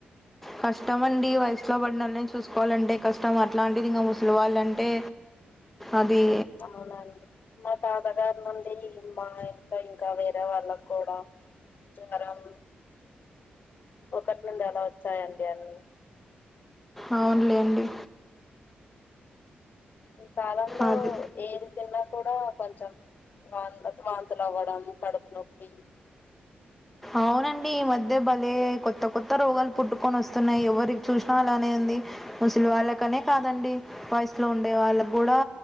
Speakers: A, in the centre; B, on the left.
A: కష్టమండి వయసులో పడినోళ్లని చూసుకోవాలంటే కష్టం అట్లాంటిది ఇంక ముసలి వాళ్ళంటే అది
B: అవునండి మా తాతగారి నుండి ఈ మా ఇంక ఇంక వేరే వాళ్లక్కూడా జ్వరం ఒకటి నుండి అలా వచ్చాయండి అన్ని
A: అవునులేండి
B: ఈ కాలంలో
A: అది
B: ఏది తిన్నా కూడా కొంచెం వంత్ వాంతులు అవ్వడం, కడుపు నొప్పి
A: అవునండి ఈ మధ్య భలే కొత్త కొత్త రోగాలు పుట్టుకొని వస్తున్నాయి ఎవరి చూసిన అలానే ఉంది ముసలి వాళ్ళకనే కాదండి వయసులో ఉండేవాళ్ళకి గూడా